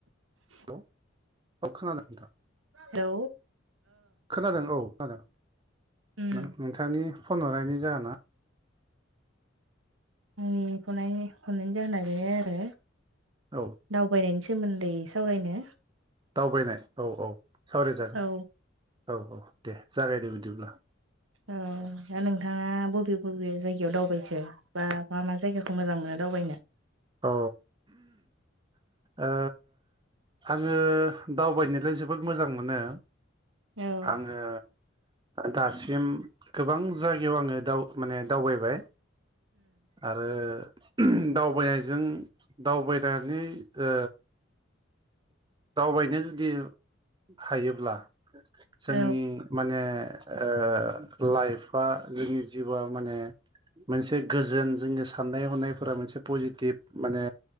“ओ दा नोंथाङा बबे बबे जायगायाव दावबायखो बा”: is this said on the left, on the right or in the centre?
Right